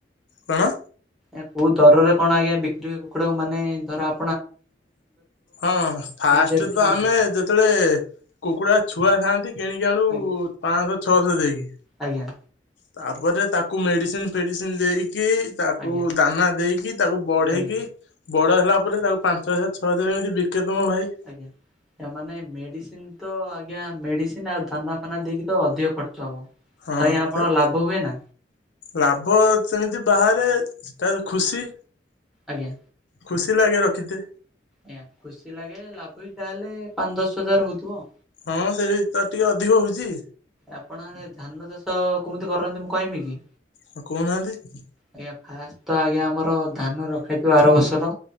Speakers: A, on the left (about 90°); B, in the centre.
A: କଣ?
B: ଏଁ କୋଉ ଦରରେ କଣ ଆଜ୍ଞା ବିକ୍ରି ହୁଏ କୁକୁଡାକୁ ମାନେ ଧର ଆ
A: ଆ ହଁ ଫାଷ୍ଟେ
B: ଆଜ୍ଞା ଦେଢଶହ
A: ତ
B: ଦୁଇଶହ
A: ଆମେ ଯେତେବେଳେ କୁକୁଡା ଛୁଆ ଥାଆନ୍ତି କିଣିକି ଆଣୁ
B: ଆଜ୍ଞା
A: ପାଂଶ ଛଅଶ ଦେଇକି।
B: ଆଜ୍ଞା।
A: ତାପରେ ତାକୁ ମେଡିସିନ୍ ଫେଡିସିନ୍ ଦେଇକି ତାକୁ
B: ଆଜ୍ଞା
A: ଦାନା ଦେଇକି ତାକୁ ବଢେଇକି
B: ଆଜ୍ଞା।
A: ବଡ ହେଲା ପରେ ତାକୁ ପାଞ୍ଚ ହଜାର ଛଅ ହଜାର ଏମିତି ବିକେ ତ ମୋ ଭାଇ।
B: ଆଜ୍ଞା। ଏ ମାନେ ମେଡିସିନ୍ ତ ଆଜ୍ଞା ମେଡିସିନ୍ ଆଉ ଦାନା ଫାନା ଦେଇକି ତ ଅଧିକ ଖର୍ଚ୍ଚ ହବ।
A: ହଁ
B: ତ ଆଜ୍ଞା
A: କେତେ?
B: ଆପଣ ଲାଭ ହୁଏ ନା
A: ଲାଭ ସେମିତି ବାହାରେ ସେଟା ବି ଖୁସି।
B: ଆଜ୍ଞା।
A: ଖୁସି ଲାଗେ ରଖିତେ।
B: ଆଜ୍ଞା ଖୁସି ଲାଗେ ଲାଭ ବି ତାହେଲେ ପାଂ ଦଶ ହଜାର ହଉଥୁବ।
A: ହଁ ସେଇ ତାର ଟିକେ ଅଧିକ ହଉଚି।
B: ଆପଣ ଆଡେ ଧାନ ଚାଷ କୁମିତି କରନ୍ତି ମୁଁ କହିମି କି?
A: ହଁ କହୁନାହାନ୍ତି।
B: ଆଜ୍ଞା ଫାଷ୍ ତ ଆଜ୍ଞା ଆମର ଧାନ ରଖାହେଇଥିବ ଆର ବର୍ଷର